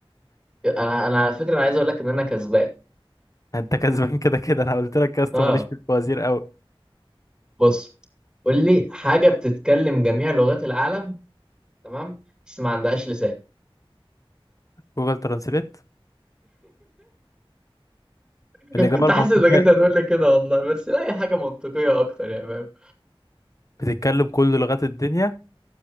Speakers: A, in the centre; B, on the left (about 35°).
A: انا انا على فكره انا عايز اقول لك ان انا كسبان
B: انت كسبان كده كده انا قلت لك يا اسطى
A: اه
B: ماليش في الفوازير قوي
A: بص قول لي حاجه بتتكلم جميع لغات العالم تمام بس ما عندهاش لسان
B: جوجل ترانسليت
A: <laughs>
B: الاجابه
A: كنت
B: المنطقيه
A: حاسس انك انت هتقول لي كده والله بس لا هي حاجه منطقيه اكتر يا فاهم
B: بتتكلم كل لغات الدنيا